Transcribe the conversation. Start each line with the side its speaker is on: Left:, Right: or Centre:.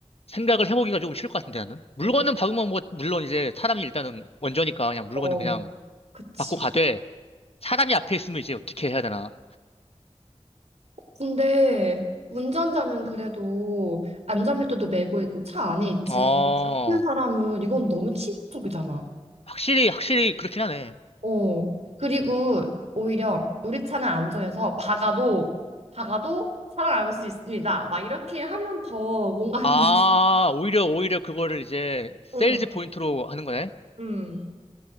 Left: 생각을 해보기가 조금 쉬울 것 같은데 나는. 물건은
Right: 그-
Left: 박으면 뭐, 물론 이제 사람이 일단은 원조니까 그냥 물건은
Right: 어.
Left: 그냥
Right: 그치.
Left: 받고 가되 사람이 앞에 있으면 이제 어떻게 해야 되나.
Right: 근데 운전자는 그래도 안전벨트도 매고 있고 차 안에 있지만
Left: 어,
Right: 잡힌 사람은 이건 너무 치명적이잖아.
Left: 확실히, 확실히 그렇긴 하네.
Right: 어. 그리고 오히려 우리 차는 안전해서 박아도 박아도 살아남을 수 있습니다. 막 이렇게 하면 더 뭔가 이-
Left: 아, 오히려, 오히려 그거를 이제
Right: <laughs> 응,
Left: 세일즈 포인트로 하는 거네.
Right: 응.